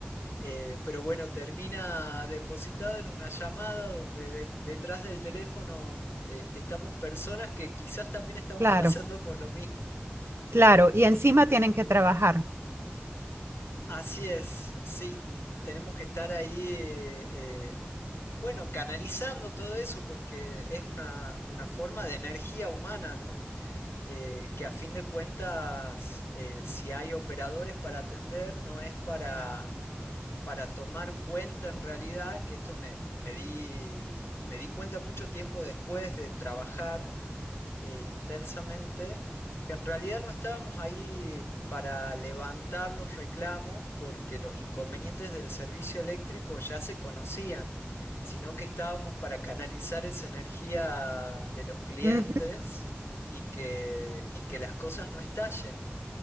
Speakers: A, on the left; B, on the right.
A: eh, pero bueno, termina depositado en una llamada donde de- detrás del teléfono eh, estamos personas que quizás también estamos
B: claro,
A: <laughs> pasando por lo mismo.
B: claro. Y encima tienen que trabajar.
A: Así es, sí, tenemos que estar ahí, eh, eh, bueno, canalizando todo eso porque es una, una forma de energía humana, ¿no? Eh, que a fin de cuentas, eh, si hay operadores para atender, no es para... para tomar cuenta en realidad, que esto me, me di, me di cuenta mucho tiempo después de trabajar eh, intensamente, que en realidad no estábamos ahí para levantar los reclamos porque los inconvenientes del servicio eléctrico ya se conocían, sino que estábamos para canalizar esa energía de los clientes
B: Ujú,
A: y que, y que las cosas no estallen.